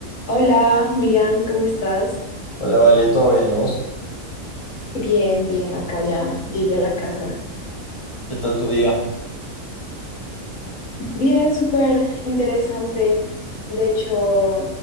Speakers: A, on the left; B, on the left.
A: Hola, Julián, ¿cómo estás?
B: Hola, Vale, ¿todo bien y vos?
A: Bien, bien, acá ya llegué a la casa.
B: ¿Qué tal tu día?
A: Bien, súper interesante. De hecho,